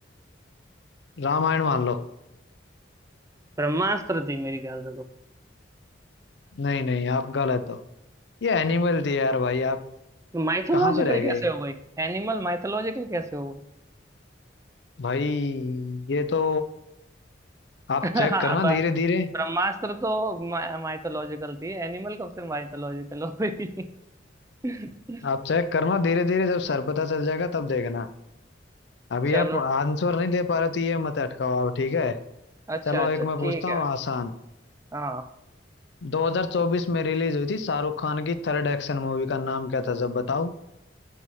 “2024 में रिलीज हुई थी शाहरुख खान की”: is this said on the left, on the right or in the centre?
Left